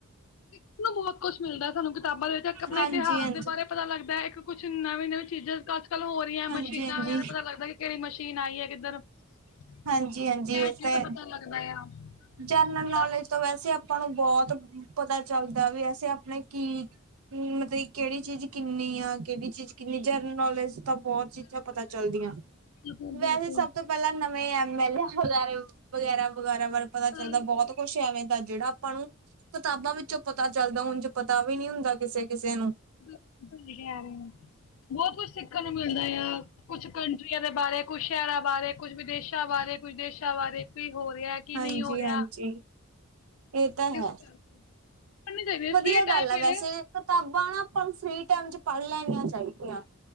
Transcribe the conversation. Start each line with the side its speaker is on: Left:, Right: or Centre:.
Left: ਸਿੱਖਣ ਨੂੰ ਬੌਤ ਕੁਛ ਮਿਲਦਾ ਸਾਨੂੰ, ਕਿਤਾਬਾਂ ਦੇ ਵਿਚ ਆਪਣਾ
Right: ਹਾਂਜੀ
Left: ਇਤਿਹਾਸ
Right: ਹਾਂਜੀ
Left: ਦੇ ਬਾਰੇ ਪਤਾ ਲੱਗਦਾ ਇੱਕ ਕੁੱਛ ਨਵੀ-ਨਵੀਂ ਚੀਜ਼ਾਂ ਅੱਜਕੱਲ ਹੋ ਰਹੀਆਂ
Right: ਹਾਂਜੀ
Left: ਮਸ਼ੀਨਾਂ
Right: ਹਾਂਜੀ
Left: ਵਗੈਰਾ ਪਤਾ ਲੱਗਦਾ ਕਿਹੜੀ ਮਸ਼ੀਨ ਆਈ ਐ ਕਿੱਧਰ ਇਹ
Right: ਹਾਂਜੀ ਹਾਂਜੀ ਇਹ
Left: ਚੀਜ਼
Right: ਤਾਂ
Left: ਦਾ ਪਤਾ ਲੱਗਦਾ ਆ
Right: ਜਨਰਲ
Left: ਬੜਾ
Right: ਨੌਲੱਜ ਤੋਂ ਵੈਸੇ ਆਪਾਂ ਨੂੰ ਬੋਤ ਪਤਾ ਚੱਲਦਾ ਵੀ ਵੈਸੇ ਆਪਣੇ ਕੀ ਹਂ ਮਤਲਬ ਕਿਹੜੀ ਚੀਜ਼ ਕਿੰਨੀ ਆ, ਕਿਹੜੀ ਚੀਜ਼ ਕਿੰਨੀ ਜਨਰਲ ਨੌਲੇਜ ਤਾਂ ਬਹੁਤ ਚੀਜ਼ਾਂ
Left: ਬਿਲਕੁਲ
Right: ਪਤਾ
Left: ਬਿਲਕੁਲ
Right: ਚੱਲਦੀਆਂ
Left: ਬਿਲਕੁਲ
Right: ਵੈਸੇ
Left: ਬਿਲਕੁਲ
Right: ਸਭ ਤੋਂ ਪਹਿਲਾਂ ਨਵੇਂ ਐਮ ਐਲ ਏ ਵਗੈਰਾ, ਵਗੈਰਾ, ਵਗੈਰਾ ਵਰ ਪਤਾ
Left: ਹਾਂਜੀ
Right: ਚੱਲਦਾ ਬਹੁਤ ਕੁੱਛ ਐਵੇਂ ਤਾਂ ਜਿਹੜਾ ਆਪਾਂ ਨੂੰ ਕਿਤਾਬਾਂ ਵਿੱਚੋਂ ਪਤਾ ਚੱਲਦਾ ਉੰਝ ਪਤਾ ਵੀ ਨਈਂ ਹੁੰਦਾ ਕਿਸੇ-ਕਿਸੇ ਨੂੰ
Left: <unintelligible> ਕੇ ਆ ਰੇ ਨੇ ਬਹੁਤ ਕੁਝ ਸਿੱਖਣ ਨੂੰ ਮਿਲਦਾ ਆ ਕੁਛ ਕੰਟਰੀਆਂ ਦੇ ਬਾਰੇ, ਕੁਛ ਸ਼ਹਿਰਾਂ ਬਾਰੇ, ਕੁਛ ਵਿਦੇਸ਼ਾਂ ਬਾਰੇ, ਕੁਛ ਦੇਸ਼ਾਂ ਬਾਰੇ ਕੀ ਹੋ ਰਿਆ ਕੀ
Right: ਹਾਂਜੀ
Left: ਨਈ ਹੋ ਰਿਆ
Right: ਹਾਂਜੀ ਇਹ ਤਾਂ
Left: ਕਿਸ
Right: ਹੈ
Left: ਟਾਇਮ, ਪੜਨੀ ਚਾਈਦੀ ਐ।
Right: ਵਧੀਆ
Left: ਫਰੀ
Right: ਗੱਲ
Left: ਟਾਈਮ
Right: ਆ
Left: ਮਿਲੇ
Right: ਵੈਸੇ ਕਿਤਾਬਾਂ ਨਾ ਆਪਾਂ ਨੂੰ ਫਰੀ ਟਾਈਮ ਚ ਪੜ੍ਹ ਲੈਣੀਆਂ ਚਾਹੀਦੀਆਂ।